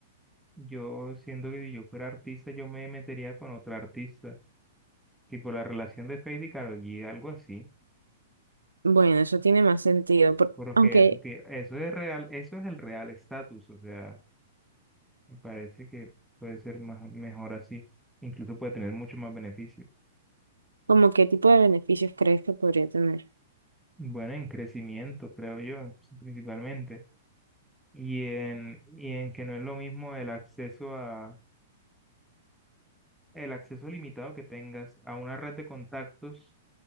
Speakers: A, in the centre; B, on the right.
A: yo siento que si yo fuera artista, yo me metería con otra artista tipo la relación de Fade y Karol G, algo así,
B: Bueno, eso tiene más sentido, por-
A: porque
B: aunque
A: eso, tie- eso es real, eso es el real estatus, o sea, me parece que puede ser más, mejor así, incluso puede tener mucho más beneficio.
B: como qué tipo de beneficios crees que podría tener.
A: Bueno, en crecimiento, creo yo, en- principalmente, y en, y en que no es lo mismo el acceso a, el acceso limitado que tengas a una red de contactos